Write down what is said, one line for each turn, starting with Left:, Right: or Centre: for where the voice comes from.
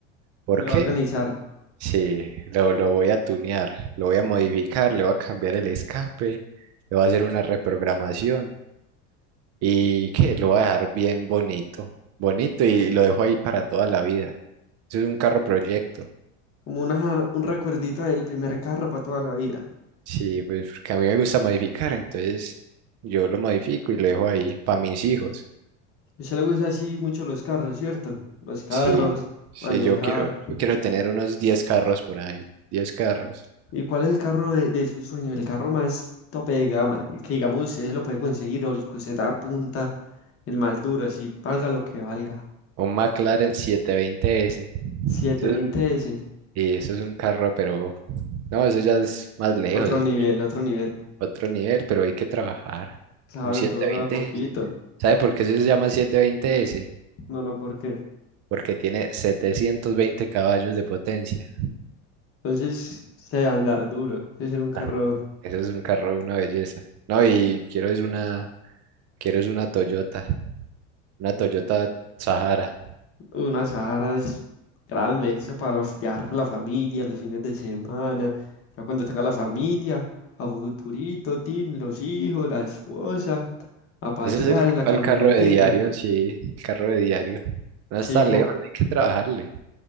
Right: ¿Por
Left: y lo
Right: qué?
Left: va a organizar,
Right: Sí, lo, lo voy a tunear, lo voy a modificar, le voy a cambiar el escape, le voy a hacer una reprogramación y que lo voy a dejar bien bonito, bonito y lo dejo ahí para toda la vida. Eso es un carro proyecto.
Left: como una, un recuerdito del primer carro para toda la vida.
Right: Sí, pues porque a mí me gusta modificar, entonces yo lo modifico y lo dejo ahí para mis hijos.
Left: A usted le gusta así mucho los carros, ¿cierto? Los carros,
Right: Sí, sí,
Left: manejar.
Right: yo quiero, yo quiero tener unos diez carros por ahí, 10 carros.
Left: ¿Y cuál es el carro de, de su sueño? El carro más tope de gama, el que digamos usted se lo puede conseguir o el que usted apunta, el más duro, así valga lo que valga.
Right: Un McLaren setecientos veinte s
Left: setecientos
Right: Eso es,
Left: veinte
Right: un-
Left: s
Right: y eso es un carro, pero No, eso ya es más lejos,
Left: Otro
Right: es
Left: nivel, otro nivel.
Right: otro nivel, pero hay que trabajar.
Left: Claro,
Right: Un setecientos
Left: todo a poquito.
Right: veinte s ¿Sabe por qué se llama setecientos veinte s
Left: No, no, ¿por qué?
Right: Porque tiene 720 caballos de potencia.
Left: Entonces, se debe andar duro. Debe ser un carro,
Right: Ah, eso es un carro, una belleza. No, y quiero es una, quiero es una Toyota, una Toyota Sahara.
Left: unas Sahara grandes Eso para viajar con la familia los fines de semana. Ya cuando tenga la familia, a futurito, tin, los hijos, la esposa, a pasear
Right: Ese es el,
Left: en la camionetica.
Right: el carro de diario, sí, el carro de diario. No
Left: Sí,
Right: está lejos,
Left: como
Right: hay que trabajarle.